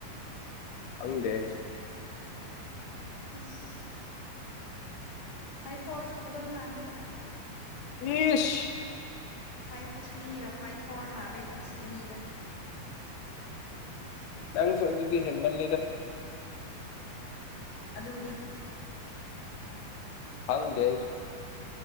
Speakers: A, on the left (about 85°); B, on the left (about 55°).
A: ꯈꯪꯗꯦ ꯑꯩꯁꯨ
B: ꯏꯁ ꯐꯥꯏꯚ ꯐꯣꯔ ꯁꯨꯗꯣꯏ ꯃꯥꯟꯗꯦꯗ
A: ꯏꯁ
B: ꯐꯥꯏꯚ ꯊ꯭ꯔꯤꯒ ꯐꯥꯏꯚ ꯐꯣꯔ ꯃꯥꯜꯂ‌ꯗꯤ ꯁꯤꯅꯤꯗ
A: ꯅꯪꯁꯨ ꯑꯗꯨꯗꯤ ꯍꯦꯟꯕꯜꯂꯦꯗ
B: ꯑꯗꯨꯕꯨꯗꯤ
A: ꯍꯪꯗꯁꯨ